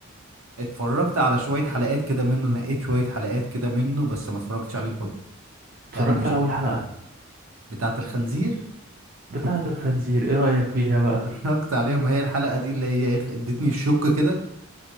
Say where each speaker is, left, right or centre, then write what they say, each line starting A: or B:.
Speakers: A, on the right; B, on the right.
A: اتفرجت على شوية حلقات كده منه نقيت شوية حلقات كده منه بس ما اتفرجتش عليه كله
B: اتفرجت
A: يعني مش
B: على اول حلقه
A: بتاعة الخنزير
B: بتاعه الخنزير ايه رايك فيها بقى
A: اتفرجت عليها ما هي الحلقة دي اللي هي ايه ادتني الشك كده